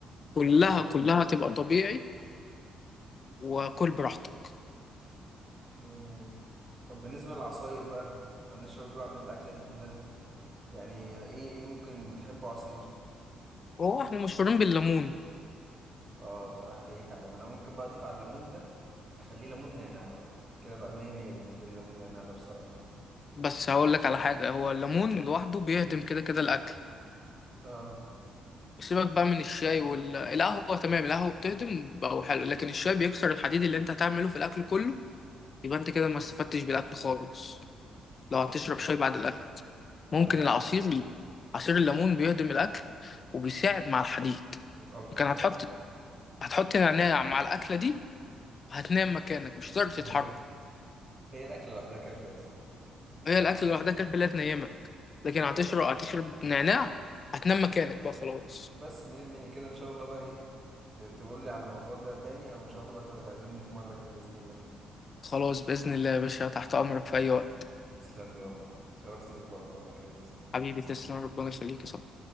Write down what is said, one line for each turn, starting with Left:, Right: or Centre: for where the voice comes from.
Left: كلها
Right: فحلوه
Left: كلها
Right: فعلا
Left: تبقى طبيعي وكل براحتك
Right: طب مية مية طب بالنسبه للعصاير بقى انا اشرب إيه بعد الاكله دي كلها يعني ايه ايه ممكن تحبه عصير
Left: هو احنا مشهورين بالليمون
Right: اه بصراحة احييك على الليمون انا ممكن بقى اضيف على الليمون ده اخليه ليمون نعناع بقى كده بقى مية مية بالنسبة لي ليمون نعناع ده بصراحة
Left: بس هقول لك على حاجة هو الليمون لوحده بيهضم كده كده الأكل
Right: اه
Left: سيبك بقى من الشاي والقهوة تمام القهوة بتهضم بقى هو حلو لكن الشاي بيكسر الحديد اللي أنت هتعمله في الأكل كله يبقى أنت كده ما استفدتش بالأكل خالص لو هتشرب
Right: اه
Left: شاي بعد الأكل
Right: لا
Left: ممكن
Right: لا
Left: العصير
Right: فهمت
Left: عصير الليمون بيهضم الأكل وبيساعد مع الحديد
Right: يبقى افضل
Left: كان
Right: فعلا
Left: هتحط هتحط نعناع مع الأكلة دي هتنام مكانك مش هتقدر
Right: <laughs>
Left: تتحرك
Right: هي هي الاكل لوحدها كافية اصلا
Left: هي
Right: خلاص
Left: الأكل
Right: كده
Left: لوحدها كانت لا تنيمك لكن
Right: خلاص
Left: هتشرب هتشرب نعناع هتنام مكانك بقى خلاص
Right: بس مية مية كده ان شاء الله بقى ايه ت- تقول لي على الموضوع ده تاني او ان شاء الله بقى تبقى تعزمني في مرة كده بإذن الله
Left: خلاص بإذن الله يا باشا تحت أمرك في أي وقت
Right: تسلم لي والله شرفت بلقائك والله حبيبي صح
Left: حبيبي تسلم ربنا يخليك يا صاحبي